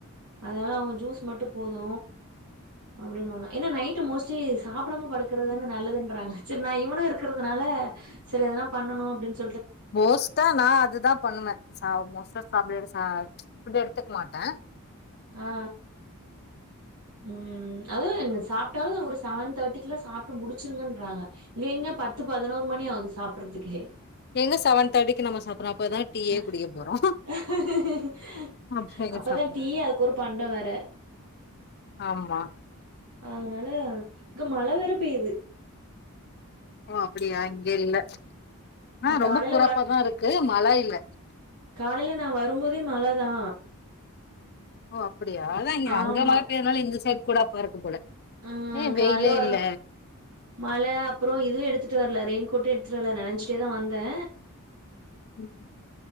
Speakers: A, on the right; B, on the left.
A: அதனால அவங்க ஜூஸ் மட்டு போது அப்டிம்மாங்க ஏனா நைட் மோஸ்ட்லி சாப்பிடாம படுக்கறதான நல்லதுன்றாங்க சரி நா இவனு இருக் இருக்குறதுனால சரி எதனா பண்ணணு அப்டின்னு சொ
B: போஸ் த்தா நா அதுதா பண்ணுவ ச மோஸ்டா சாப் ஃபுட் எடுத்துக்க மாட்ட
A: ஆ ம் அதுவு என்ன சாப் டாலு ஒரு செவன் தேர்டிக்குல சாப் ட்டு முடிச்சிருங்கன்றாங்க இங்க இங்க பத்து பதினோரு மணி ஆகுது சாப்பிறதுக்கே
B: எங்க செவன் தேட்டிக்கு நம்ம சாப்றோ அப்பதா
A: <unintelligible>
B: டீயே குடிக்க போறோ அப்ப எங்க
A: அப்பதா
B: சாப்ட
A: டீ அதுக்கு ஒரு பண்ட வேற
B: ஆமா
A: அதனால இங்க மழ வேற பெய்து
B: ஓ அப்டியா இங்க இல்ல ஆனா ரொம்ப
A: காலைல
B: குறப்பாதா இருக்கு மழ இல்ல
A: காலையில நா வருபோதே மழதா
B: ஓ அப்டியா அதா இங்க
A: ஆமா
B: அங்க மழயிருனால இந்த சைட் கூட அப்ப இருக்கு போல
A: ஆ
B: ஏ
A: காலைல
B: வெயிலே
A: வரோ
B: இல்ல
A: மழ அப்றோ இதுவு எடுத்துட்டு வரல ரெயின் கோட் த்துட்டு வரல நெனச்சிட்டே தா வந்தே
B: ம்